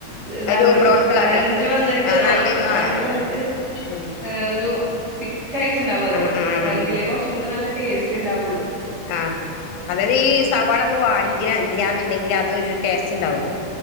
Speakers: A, on the right (about 55°); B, on the left (about 85°).
A: ഇതാവണം
B: ഒരു ബ്രൗൺ കളറില്
A: വഴണ്ട് വന്നിട്ട്
B: ആഹ് നല്ലൊരു
A: ആ വഴണ്ടി
B: ആഹ്
A: വന്നിട്ട്
B: ഉം
A: ഏഹ് ഒരു തിക്കായിട്ട്ണ്ടാവും അത്
B: ഉം ഉം
A: അപ്പങ്കിലേ
B: ഉം ഉം
A: കൊറച്ചും കൂടെ നല്ല ടേസ്റ്റ് ഇണ്ടാവൊള്ളൂ
B: ആഹ് അതായിത് ഈ സവാള ഒന്നും വാടിട്ട് ഇല്ലാന്ന്ണ്ടെങ്കില് അതൊരു ടേസ്റ്റ് ഇണ്ടാവൂല്ല